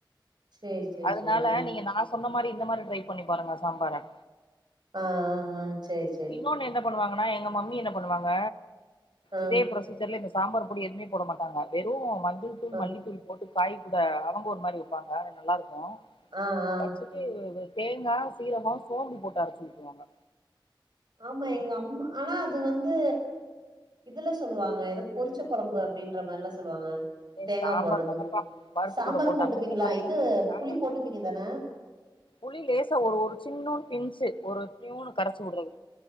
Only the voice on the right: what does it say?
சரி சரி
சரி ஆ
ஆ ஆ ஆ சரி சரி
ஆ
ஆ
ஆ ஆ
ஆமா எங்க அம் ஆனா அது வந்து இதுல சொல்லுவாங்க ஏதோ பொரிச்ச குழம்பு அப்டின்ற மாரிலா சொல்லுவாங்க
தேங்கா
போடுறது
சாம்பாரு
போட்டுப்பீங்களா
இது
புளி போட்டுப்பீங்க தான